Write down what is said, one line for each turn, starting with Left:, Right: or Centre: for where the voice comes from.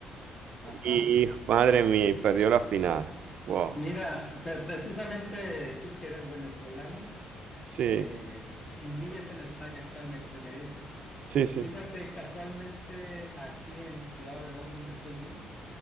Left: Ajá.
Right: Y madre mía, y perdió la final. Wow.
Left: Mira, pre- precisamente tú que eres venezolano
Right: Sí,
Left: eh, y vives en España actualmente, me dices,
Right: sí, sí.
Left: fíjate, casualmente aquí en Ciudad Obregón, donde soy yo,